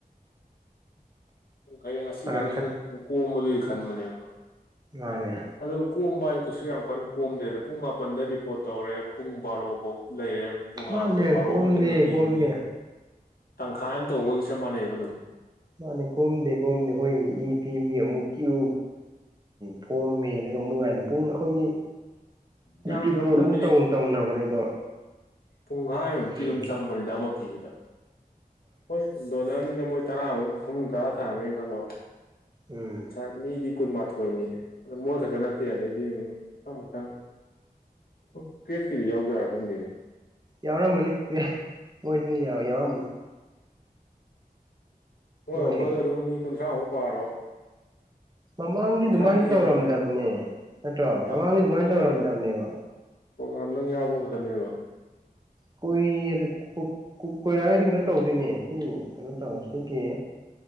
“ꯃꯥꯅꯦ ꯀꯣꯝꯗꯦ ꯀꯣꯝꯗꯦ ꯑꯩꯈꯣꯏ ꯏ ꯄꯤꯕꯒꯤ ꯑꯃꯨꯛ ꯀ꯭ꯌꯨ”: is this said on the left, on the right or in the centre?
Right